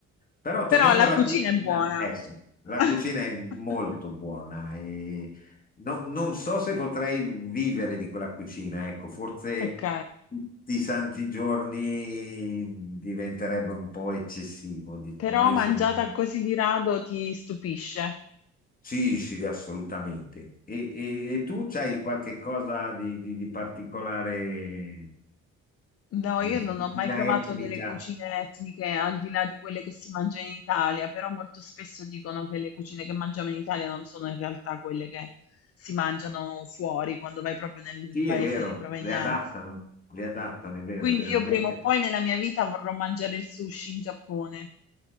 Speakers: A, on the left (about 30°); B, on the left (about 50°).
A: Però
B: Però
A: tornando
B: la
A: alla
B: cucina
A: cucina,
B: è buona.
A: ecco, la
B: <laughs>
A: cucina è molto buona e no- non so se potrei vivere di quella cucina, ecco, forse
B: Ok,
A: tutti i santi giorni diventerebbe un po' eccessivo. di-
B: però
A: Noi
B: mangiata
A: siamo...
B: così di rado ti stupisce.
A: Sì, sì, assolutamente. E, e- e tu c'hai qualche cosa di, di- di particolare,
B: No,
A: di,
B: io
A: di
B: non
A: cucina
B: ho mai provato
A: etnica?
B: delle cucine etniche al di là di quelle che si mangiano in Italia, però molto spesso dicono che le cucine che mangiamo in Italia non sono in realtà quelle che si mangiano fuori quando vai proprio nel
A: Sì,
B: paese
A: è vero,
B: di provenienza.
A: le adattano, le adattano, è vero,
B: Quindi
A: è vero.
B: io
A: A me
B: prima o poi nella mia vita vorrò mangiare il sushi in Giappone.